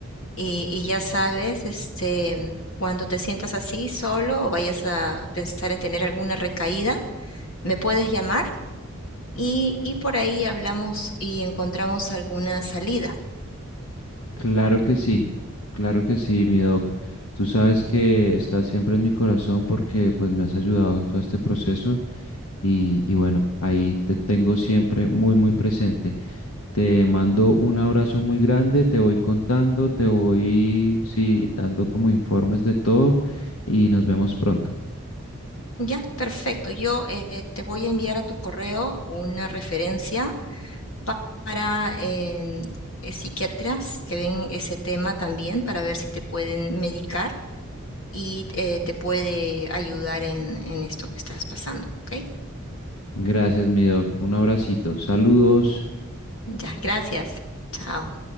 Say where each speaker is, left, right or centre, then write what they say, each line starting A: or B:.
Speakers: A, on the left; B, on the left.
A: Y, y ya sabes, este, cuando te sientas así solo o vayas a pensar en tener alguna recaída, me puedes llamar y, y por ahí hablamos y encontramos alguna salida.
B: Claro que sí, claro que sí, mi doc. Tú sabes que estás siempre en mi corazón porque pues me has ayudado en todo este proceso y, y bueno, ahí te tengo siempre muy, muy presente. Te mando un abrazo muy grande, te voy contando, te voy, sí, dando como informes de todo y nos vemos pronto.
A: Ya, perfecto. Yo eh, te voy a enviar a tu correo una referencia pa- para em, eh, psiquiatras que ven ese tema también para ver si te pueden medicar y eh, te puede ayudar en, en esto que estás pasando. ¿Ok?
B: Gracias, mi doc. Un abracito. Saludos.
A: Ya, gracias. Chao.